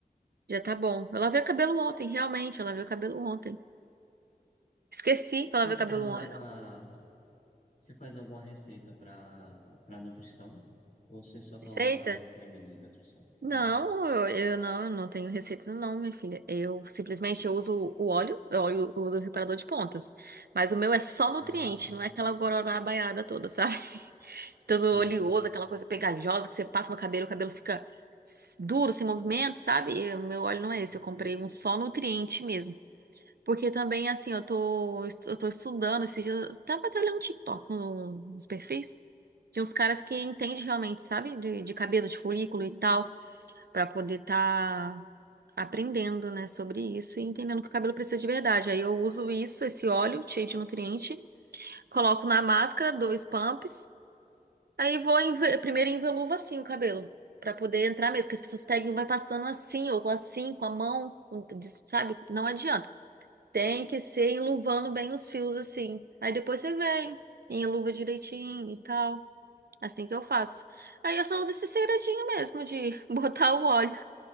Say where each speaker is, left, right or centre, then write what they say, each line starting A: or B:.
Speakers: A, on the right; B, on the left.
A: Já tá bom. Eu lavei o cabelo ontem, realmente. Eu lavei o cabelo ontem. Esqueci
B: você
A: que eu lavei o cabelo
B: faz
A: ontem.
B: alguma Você faz alguma receita para para nutrição? Ou você só coloca
A: Receita?
B: o creme de nutrição?
A: Não,
B: É.
A: eu, eu não, eu não tenho receita não, minha filha. Eu simplesmente eu uso o óleo, eu óleo- eu uso o reparador de pontas. Mas o meu é só nutriente,
B: Ah, sim.
A: não é aquela gororá baiada toda, sabe? <laughs> Todo
B: Sim.
A: oleoso, aquela coisa pegajosa que você passa no cabelo, o cabelo fica s- duro, sem movimento, sabe? E o meu óleo não
B: <laughs>
A: é esse, eu comprei um só nutriente mesmo. Porque também, assim, eu tô, eu tô estudando esses dias. Eu tava até olhando TikTok, um- uns perfis de uns caras que entendem realmente, sabe? De, de cabelo, de folículo e tal, pra poder tá aprendendo, né, sobre isso e entendendo que o cabelo precisa de verdade. Aí eu uso isso, esse óleo cheio de nutriente, coloco na máscara, dois pumps, aí vou enve- primeiro enveluvo assim o cabelo. Pra poder entrar mesmo, que as pessoas pegam e vai passando assim, ou assim, com a mão, des- sabe? Não adianta. Tem que ser enluvando bem os fios assim. Aí depois você vem, enluva direitinho e tal. Assim que eu faço. Aí eu só uso esse segredinho mesmo de <laughs> botar o óleo